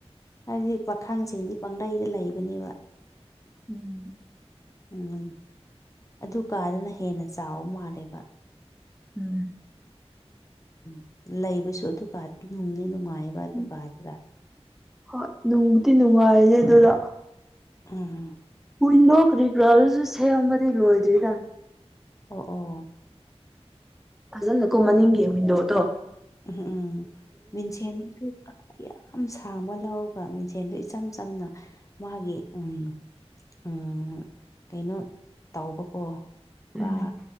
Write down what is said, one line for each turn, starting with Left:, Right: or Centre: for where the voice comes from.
Left: ꯍꯥꯏꯕꯗꯤ ꯄꯥꯈꯥꯡꯁꯤꯡꯗꯤ ꯄꯪꯒꯩꯗ ꯂꯩꯕꯅꯦꯕ
Centre: ꯎꯝ
Left: ꯎꯝ ꯑꯗꯨ ꯀꯥꯗꯅ ꯍꯦꯟꯅ ꯆꯥꯎꯕ ꯃꯥꯜꯂꯦꯕ
Centre: ꯎꯝ
Left: ꯎꯝ ꯂꯩꯕꯁꯨ ꯑꯗꯨꯀꯥꯗꯨ ꯝꯗꯤ ꯅꯨꯡꯉꯥꯏꯑꯕ ꯗꯨꯀꯥꯗꯨꯗ
Centre: ꯎꯝ ꯍꯣꯏ ꯅꯨꯡꯕꯨꯗꯤ ꯅꯨꯡꯉꯥꯏꯔꯁꯦ ꯑꯗꯨꯗ
Left: ꯎꯝ
Centre: ꯋꯤꯟꯗꯣ ꯀ꯭ꯔꯤꯒ꯭ꯔꯥꯜꯁꯨ ꯁꯦꯝꯕꯗꯤ ꯂꯣꯏꯗ꯭ꯣꯏꯗꯥ
Left: ꯑꯣ ꯑꯣ
Centre: ꯐꯖꯅ ꯀꯨꯝꯍꯟꯅꯤꯡꯒꯤꯦ ꯃꯤꯗꯣꯗꯣ
Left: ꯎꯝ ꯎꯝ ꯃꯤꯡꯁꯦꯜꯁꯨ ꯌꯥꯝ ꯁꯥꯡꯕ ꯂꯧꯔꯒ ꯃꯤꯡꯁꯦꯟꯗꯨ ꯏꯆꯝ ꯆꯝꯅ ꯃꯥꯒꯤ ꯎꯝ ꯎꯝ ꯀꯩꯅꯣ ꯇꯧꯕꯀꯣ ꯄꯨꯔꯥ
Centre: ꯎꯝ